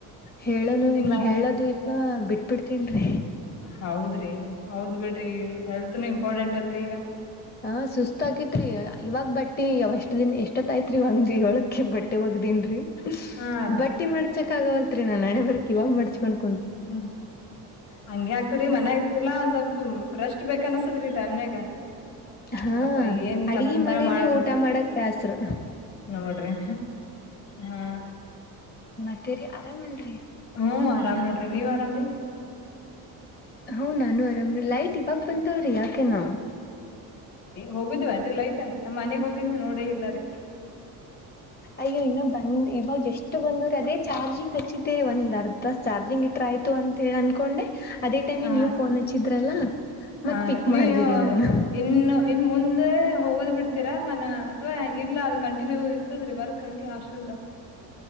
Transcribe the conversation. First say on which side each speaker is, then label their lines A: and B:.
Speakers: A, on the left; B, on the left.
A: ಹೇಳನು
B: ಇನ್ನ
A: ಹೇಳದು ಇಲ್ಲ ಬಿಟ್ ಬಿಡ್ತೀನಿ
B: ಹೌದ್ರಿ ಹೌದ್ ಬಿಡ್ರಿ ಹೆಲ್ತ್ನು ಇಂಪಾರ್ಟೆಂಟ್ ಅಲ್ರರಿ ಈಗ
A: ಹಾ ಸುಸ್ತ ಆಗೇತ್ರಿ ಇವಾಗ ಬಟ್ಟಿವಷ್ಟ ದಿನ ಎಷ್ಟೊತ್ತ ಐತ್ರಿ ಒಂದ್ <unintelligible> ಳಕ್ಕೆ ಬಟ್ಟಿಗ ರಿ
B: ಹಾ ರೀ
A: ಬಟ್ಟಿ ಮಾಡ್ಚಕ ಆಗವಲ್ತ್ರಿ ನಾನ್ ಹಣೆಬರ್ಕ್ ಇವಾಗ ಮಾಡ್ಸ್ಕೊಂಡ <unintelligible>
B: ಹ ಹಂಗೆ ಆಗ್ತರಿ ಮನ್ಯಾಗರ್ತಿಲ್ಲ ಸ್ವಲ್ಪ ರಷ್ಟ್ ಬೇಕ ಅನ್ಸತದ್ರಿ ಟೈಮ್ನ <unintelligible> ಗ <unintelligible>
A: ಹಾ
B: ಅಲ್ಲಪ್ಪಾ ಏನ್
A: ಅಡ್ಗಿ
B: ಚಂತನ
A: ಮಾಡಿನಿ
B: ಮಾಡದು
A: ಊಟ
B: <unintelligible>
A: ಮಾಡಕ್ ಬ್ಯಾಸ್ರು.
B: ನೋಡ್ರಿ ಹಾ
A: ಮತ್ತೇರಿ ಆರಾಮಲ್ರರಿ
B: ಹ್ಮ್ ಆರಾಮ್ ನೋಡ್ರಿ ನೀವ್ ಆರಾಮ್ರಿ
A: ಹ್ಮ <unintelligible> ಲೈಟ್ ಇವಾಗ ಬಂದವ್ರಿ ಯಾಕೆ ನಾವವು
B: ಹೋಗಿದ್ವ ಅನ್ಲ್ಲ ಆಯ್ತಾ ನಮ್ಮ್ ಮನೆಗ್ ಹೋಗಿದ್ ನೋಡಿ ಇಲ್ಲ ರೀ
A: ಅಯ್ಯೋ ಇನ್ನ ಬಂದ್ ಇವಾಗ ಎಷ್ಟಟ್ ಬಂದ್ರೆ ಅದೇ ಚಾರ್ಜಿಂಗ್ ಹಚ್ಚಿದ್ದೇರಿ ಒಂದ ಅರ್ಧ ಅ ಚಾರ್ಜಿಂಗ್ ಇಟ್ರ ಆಯ್ತು ಅಂತ ಹೇಳಿ ಅನ್ಕೊಂಡೆ ಅದೇ ಟೈಮಿ
B: ಹ
A: ನೀವವು ಫೋನ್ ಹಚ್ಚಿದ್ರಲ್ಲ
B: ಹ
A: ಮತ್ ಪಿಕ್
B: ರೀ ನೀ
A: ಮಾಡ್ದಿರಿ ನಾನು
B: ಇನ್ನು ಇ ಮುಂದೆ ಹೋಗೋದ್ ಬಿಡ್ತೀರಾ ಮನ ಅಥ್ವಾ ಇಲ್ಲ ಅದ ಕಂ ನೀವು ಇರ್ತದ್ರಿ ವರ್ಕ್ ಹಂಗೆ ಹಾಸ್ಟೆಲ್ದ